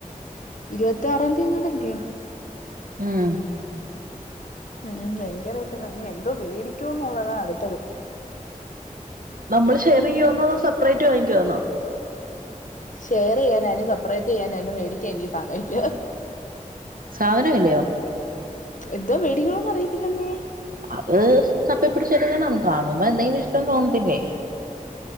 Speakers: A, on the left; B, on the right.
A: ഇരുപത്തി ആറാം തീയതിന്നണ്ടല്ലയോ
B: ആഹ്
A: ഉം എനിക്കറിയത്തില്ല ഇനി എന്തോ വേടിക്കോന്നുള്ളതാണ് അടുത്തത് <unintelligible>
B: നമ്മള് ഷെയർ ചെയ്യുവോന്നോ അതോ സെപ്പറേറ്റ് വാങ്ങിക്കുവാന്നോ
A: ഷെയർ ചെയ്യാനന് അതിന് സപ്പറേറ്റ് ചെയ്യാനും മേടിക്കാൻ എനിക്ക് സാധനം ഇല്ല
B: സാധനം ഇല്ലയോ
A: എന്തോ മേടിക്കണോന്ന് അറിയത്തില്ലെന്നേ
B: അത് തപ്പി പിടിച്ച് എടുക്കണം കാണുമ്പ എന്തങ്കിലും ഇഷ്ടം തോന്നുന്നല്ലേ